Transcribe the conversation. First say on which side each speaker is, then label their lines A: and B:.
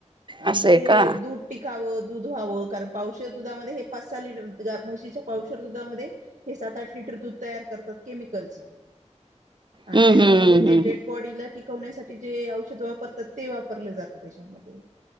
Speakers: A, on the right; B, on the right.
A: आणि
B: असं आहे
A: ते
B: का
A: दूध टिकावं दूध व्हावं कारण पावशेर. दुधामध्ये हे पाच, सहा लिटर गा म्हशीच्या पावशेर दुधामध्ये हे सात, आठ लिटर दूध तयार करतात केमिकल. कालचं. आणि
B: हम्म
A: त्याच्यामध्ये
B: हम्म
A: ते
B: हम्म
A: डेड बॉडीला टिकवण्यासाठी जे औषध वापरतात ते वाप पूरलं जातं त्याच्यामध्ये.